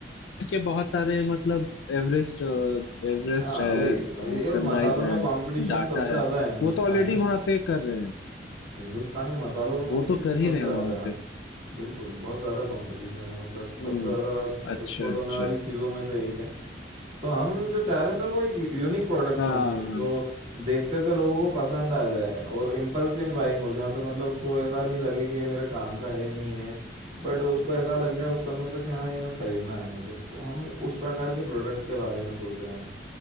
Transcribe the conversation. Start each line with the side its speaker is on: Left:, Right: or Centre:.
Left: के बहुत सारे मतलब एवरेस्ट एवरेस्ट
Right: हाँ
Left: है
Right: वही ये-
Left: सनराइज
Right: और मसालों में
Left: है
Right: कंपटीशन
Left: डाटा
Right: सबसे ज़्यादा
Left: है
Right: है हिंदुस्तान
Left: वो तो ऑलरेडी
Right: में
Left: वहां पे कर रहे हैं
Right: हिंदुस्तान में मसालों का
Left: वो
Right: कंपटीशन
Left: तो कर
Right: सबसे
Left: ही रहे हैं
Right: ज़्यादा
Left: वहां
Right: है
Left: पे
Right: बिल्कुल बहुत ज़्यादा कंपटीशन है मतलब सबसे
Left: हम्म
Right: ज़्यादा
Left: अच्छा
Right: एक्सपोर्ट
Left: अच्छा
Right: होने वाली चीज़ों में
Left: अच्छा।
Right: से एक है तो हम जो चाह रहे हैं सर वो एक यूनिक प्रोडक्ट्स
Left: हाँ
Right: होंगे
Left: हाँ
Right: जो देखते से लोगों को पसंद आ जाए और इम्पल्सिव बाइंग हो जहाँ पे मतलब उसको ऐसा नहीं लगे कि ये मेरे काम का है नहीं है बट उसको ऐसा लग जाए उस समय पे कि हाँ ये मैं खरीदना है मुझे तो हम उस प्रकार के प्रोडक्ट के बारे में सोच रहे हैं